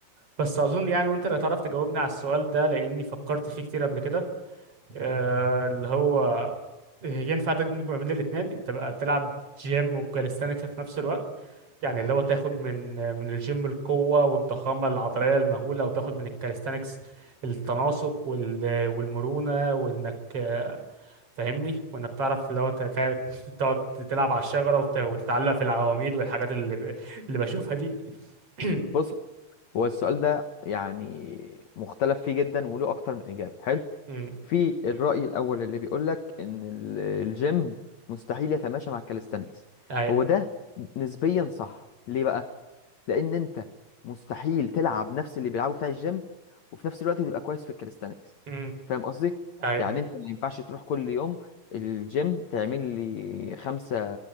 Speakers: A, on the right; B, on the left.
A: بس اظن يعني وانت اللي هتعرف تجاوبني على السؤال ده لاني فكرت فيه كتير قبل كده آه، اللي هو ينفع تدمج ما بين الاثنين تبقى تلعب جيم وكاليستانكس في نفس الوقت يعني اللي هو تاخد من من الجيم القوة والضخامة العضلية المهولة وتاخد من الكاليستانكس التناسق وال... والمرونة وانك آه، فاهمني وانك تعرف اللي هو تتع- <laughs> تقعد تلعب على الشجرة وت... وتتعلق في العواميد والحاجات اللي ب... اللي بشوفها دي <clears throat>
B: بص هو السؤال ده يعني مختلف فيه جدا وله أكتر من إجابة حلو
A: أمم،
B: في الرأي الأول اللي بيقول لك إن ال- الجيم مستحيل يتماشى مع الكاليستانكس
A: اي
B: هو ده نسبيا صح ليه بقى لان انت مستحيل تلعب نفس اللي بيلعبه بتاع الجيم وفي نفس الوقت تبقى كويس في الكاليستانكس
A: أمم،
B: فاهم قصدي
A: اي
B: يعني انت ما ينفعش تروح كل يوم الجيم تعمل لي خمسة